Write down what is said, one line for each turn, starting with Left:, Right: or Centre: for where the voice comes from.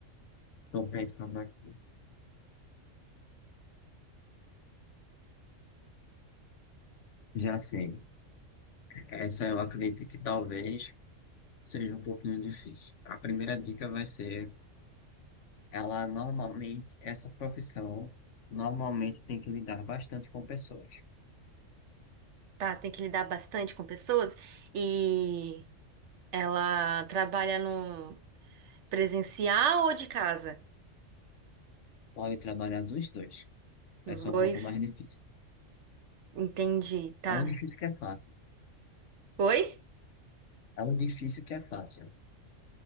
Left: tô pensando aqui. Já sei. Essa eu acredito que talvez seja um pouquinho difícil. A primeira dica vai ser. Ela normalmente, essa profissão normalmente tem que lidar bastante com pessoas.
Right: Tá, tem que lidar bastante com pessoas e ela trabalha no presencial ou de casa?
Left: Pode trabalhar dos dois.
Right: Dos
Left: Vai ser
Right: dois?
Left: um pouco mais difícil.
Right: Entendi, tá.
Left: É um difícil que é fácil.
Right: Oi?
Left: É um difícil que é fácil.